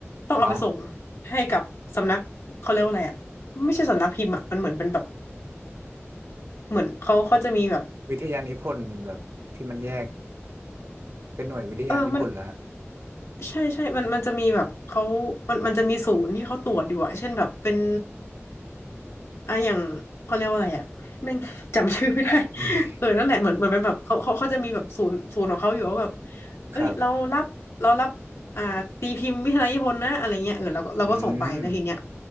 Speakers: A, on the left; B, on the right.
A: ต้องเอาไปส่ง
B: อ๋อ
A: ให้กับสำนักเขาเรียกว่าอะไรอ่ะไม่ใช่สำนักพิมพ์อ่ะมันเหมือนเป็นแบบ เหมือนเขาเขาจะมีแบบ
B: วิทยานิพนธ์แบบที่มันแยกเป็นหน่วยวิทยานิพนธ์เหรอฮะ
A: เออมันใช่ใช่มันมันจะมีแบบเขามันมันจะมีศูนย์ที่เขาตรวจอยู่อะเช่นแบบเป็นอ่ะอย่างเขาเรียกว่าอะไรอะแม่ง <laughs> จำชื่อไม่ได้ <laughs>
B: อืม
A: เออนั่นแหละเหมือนเหมือนเป็นแบบเขาเขาเขาจะมีแบบศูนย์ศูนย์ของเขาอยู่ว่าแบบ
B: <laughs>
A: เอ้ยเรารับเรารับอ่าตีพิมพ์วิทยาลนิพนธ์นะอะไรเงี้ยเออเราก็เราก็ส่งไปแล้วทีเนี้ย
B: ครับอืม